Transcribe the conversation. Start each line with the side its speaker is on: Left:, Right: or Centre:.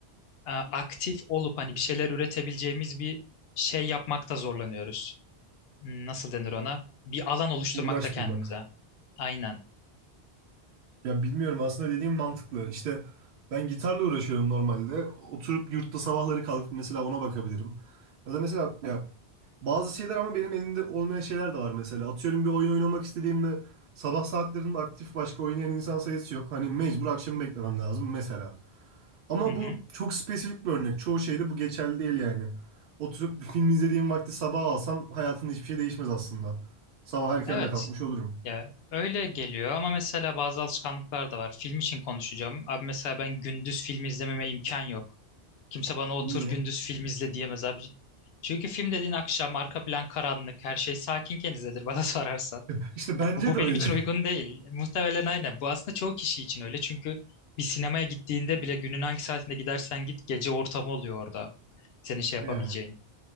Left: e, aktif olup hani bir şeyler üretebileceğimiz bir şey yapmakta zorlanıyoruz. Hmm, Nasıl denir ona? Bir alan oluşturmakta
Right: Uğraş
Left: kendimize.
Right: bulmak.
Left: Aynen.
Right: Ya bilmiyorum aslında dediğim mantıklı. İşte ben gitarla uğraşıyorum normalde. Oturup yurtta sabahları kalkıp mesela ona bakabilirim. Ya da mesela ya bazı şeyler ama benim elimde olmayan şeyler de var mesela. Atıyorum bir oyun oynamak istediğimde sabah saatlerinde aktif başka oynayan insan sayısı yok. Hani mecbur akşamı beklemem lazım mesela. Ama
Left: Hı hı.
Right: bu çok spesifik bir örnek. Çoğu şeyde bu geçerli değil yani. Oturup bir film izlediğim vakti sabah alsam hayatımda hiçbir şey değişmez aslında. Sabah erken
Left: Evet.
Right: de kalkmış olurum.
Left: Ya öyle geliyor ama mesela bazı alışkanlıklar da var. Film için konuşacağım. Abi mesela ben gündüz film izlememe imkan yok. Kimse bana otur
Right: Niye?
Left: gündüz film izle diyemez abi. Çünkü film dediğin akşam arka plan karanlık, her şey sakinken izlenir bana <laughs> sorarsan.
Right: <laughs> İşte
Left: Ha,
Right: bence
Left: Bu, bu
Right: de
Left: benim
Right: öyle
Left: için uygun değil. Muhtemelen aynen. Bu aslında çoğu kişi için öyle. Çünkü bir sinemaya gittiğinde bile günün hangi saatinde gidersen git gece ortamı oluyor orada. Senin şey yapabileceğin
Right: <laughs> yani.